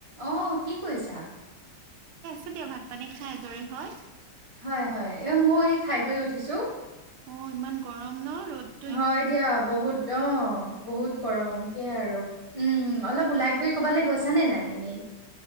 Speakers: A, on the right (about 15°); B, on the right (about 80°).
A: অ' কি কৰিছা?
B: এতিয়া ভাত পানী খাই আজৰি হৈ
A: হয় হয়। এ ময়ো এই খাই গৈ উঠিছো।
B: অ' ইমান গৰম ন ৰ'দ।
A: হয় দিয়া বহুত অ বহুত গৰম সেয়াই আৰু উম উম অলপ ওলাই কৰি ক'বালৈ গৈছে। জানে নাই এনেই।